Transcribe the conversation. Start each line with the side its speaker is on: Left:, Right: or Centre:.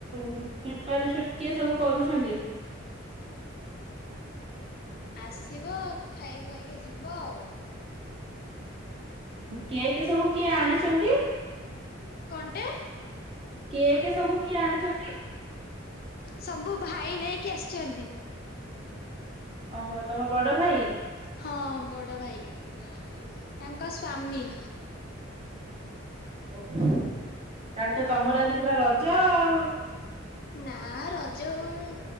Right: ପ୍ରିପାରେସନ୍ କିଏ ସବୁ କରୁଚନ୍ତି?
Left: ଆସିବ ଖାଇ ଖୁଆଇକି ଯିବ ଆଉ।
Right: କେକ୍ ସବୁ କିଏ ଆଣିଚନ୍ତି?
Left: କଣ୍ଟେ?
Right: କେକ୍ ସବୁ କିଏ ଆଣିଚନ୍ତି?
Left: ସବୁ ଭାଇ ନେଇକି ଆସିଚନ୍ତି।
Right: ଓହୋ ତମ ବଡ ଭାଇ?
Left: ହଁ ବଡ଼ ଭାଇ ତାଙ୍କ ସ୍ୱାମୀ।
Right: ତାହାଲେ ତ ତମର ଆଜି ପୁରା ରଜ ଆଉ।
Left: ନା ରଜ କଣ